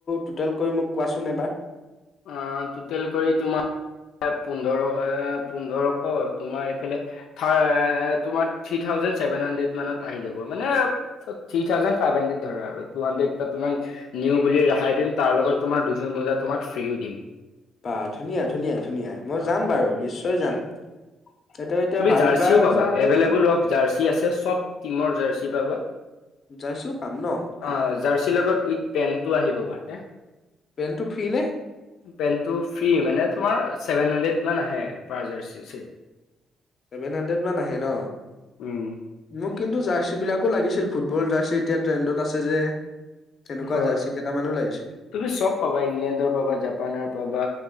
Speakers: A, on the left (about 45°); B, on the left (about 80°).
A: টুটেল কৰি মোক কোৱাচোন এবাৰ
B: অআহ টুটেল কৰি তোমাৰ পোন্ধৰ এ পোন্ধৰশ তোমাৰ এইফালে তোমাৰ থাৰ থ্ৰি থাউজেণ্ড ছেভেন হান্ড্ৰেড মানত আহি যাব মানে থ্ৰী থাউজেন্ড ফাইভ হান্ড্ৰেড ধৰা আৰু টু হান্ড্ৰেড ততোৱান নিওঁ বুলি ৰেহাই দিম তাৰ লগত তোমাৰ দুজু মোজা তোমাক ফ্ৰীও দিম
A: বাহ ধুনীয়া ধুনীয়া ধুনীয়া মই
B: অ
A: যাম বাৰু
B: অ
A: নিশ্চয় যাম এইটো এতিয়া
B: তুমি
A: বালিপাৰ
B: জাৰ্চিও পাবা
A: যাওঁনে
B: এভেইলেবল অফ জাৰ্চি আছে চব টিমৰ জাৰ্চি পাবা
A: জাৰ্চিও পাম ন বা
B: অ জাৰ্চিৰ লগত উইথ পেন্টটো আহিব বাৰতে
A: পেণ্টটো ফ্ৰী নে
B: পেন্টটো ফ্ৰী মানে তোমাৰ ছেভেন হান্ড্ৰেড মান আহে পাৰ জাৰ্চি চেট
A: ছেভেন হান্ড্ৰেড মান আহে ন
B: উম
A: মোক কিন্তু জাৰ্চি বিলাকো লাগিছিল ফুটবল জাৰ্চি এতিয়া ট্ৰেণ্ডত আছে যে সেনেকুৱা
B: হয়
A: জাৰ্চি কেইটামানো লাগিছিল
B: তুমি চব পাবা ইংলেণ্ডৰ পাবা জাপানৰ পাবা